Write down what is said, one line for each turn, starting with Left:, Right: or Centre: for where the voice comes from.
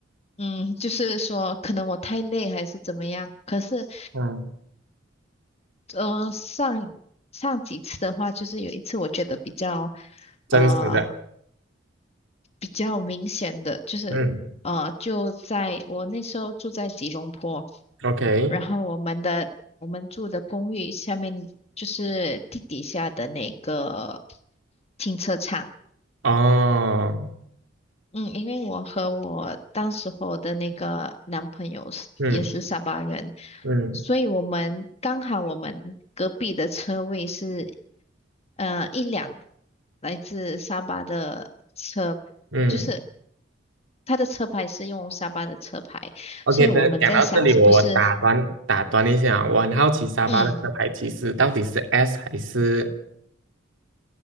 Left: 嗯，就是说可能我太累还是怎么样。可是，
Right: 嗯，
Left: 呃，上上几次的话，就是有一次我觉得比较
Right: 真实的，
Left: 呃比较明显的，就是呃就在我那时候住在吉隆坡。
Right: 嗯，OK，
Left: 然后我们的我们住的公寓下面就是地底下的那个停车场。
Right: 哦，
Left: 嗯，因为我和我当时候的那个男朋友是也是沙巴人，
Right: 嗯嗯
Left: 所以我们刚好我们隔壁的车位是呃一辆来自沙巴的车，
Right: 嗯
Left: 就是他的车牌是用沙巴的车牌，
Right: ，OK
Left: 所以我们在想是不是
Right: 的。讲到这里，我我打断打断一下，我很好奇沙巴的车牌其实到底是
Left: 嗯，
Right: S 还是